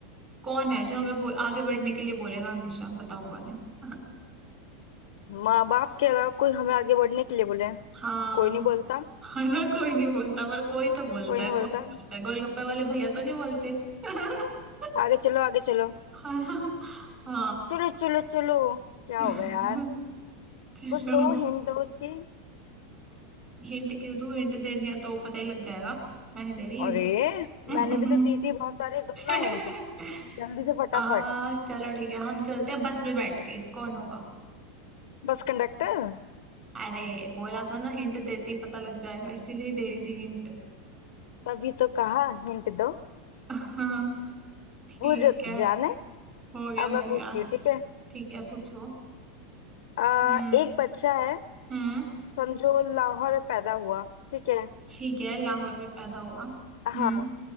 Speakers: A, on the right (about 25°); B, on the left (about 75°).
A: कौन है जो हमें बो, आगे बढ़ने के लिए बोलेगा हमेशा बताओ कौन है <laughs>
B: माँ बाप के अलावा कोई हमें आगे बढ़ने के लिए बोले
A: हाँ
B: कोई नहीं बोलता
A: हाँ ना कोई नहीं बोलता पर कोई तो बोलता
B: कोई नहीं
A: है कौन
B: बोलता
A: बोलता है गोलगप्पे वाले भैया तो नहीं बोलते <laughs>
B: आगे चलो आगे चलो
A: हाँ ना हाँ
B: चलो चलो चलो क्या
A: <laughs>
B: होगा यार कुछ
A: चलो
B: दो हिंट दो उसकी
A: हिंट क्यों दूँ हिंट दे दिया तो पता ही लग जाएगा मैं नहीं दे रही हिंट
B: अरे
A: <laughs>
B: मैंने भी तो दी थी बहुत सारे दो
A: <laughs>
B: ना हिंट जल्दी से फटाफट
A: आ, चलो ठीक है हम चलते हैं बस में बैठ के कौन होगा
B: Bus conductor
A: अरे बोला था ना हिंट देते ही पता लग जाएगा इसीलिए दे रही थी हिंट
B: तभी तो कहा हिंट दो
A: <laughs> ठीक
B: वो जो तू
A: है
B: जाने
A: हो गया
B: अब मैं
A: हो गया
B: पूछती हूँ ठीक है
A: ठीक है पूछो
B: आ,
A: हम्म
B: एक बच्चा है
A: हम्म
B: समझो लाहौर में पैदा हुआ ठीक है
A: ठीक है लाहौर में पैदा हुआ हम्म
B: हाँ